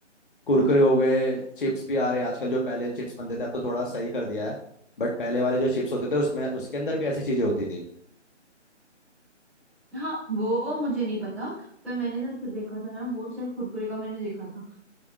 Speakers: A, on the left; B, in the centre.
A: कुरकुरे हो गए चिप्स भी आ रहे हैं आजकल जो पहले चिप्स बनते थे अब तो थोड़ा सही कर दिया है बट पहले वाले जो चिप्स होते थे उसमें उसके अंदर भी ऐसी चीज़ें होती थी
B: हाँ वो मुझे नहीं पता पर मैंने जब देखा था ना वो सिर्फ कुरकुरे का मैंने देखा था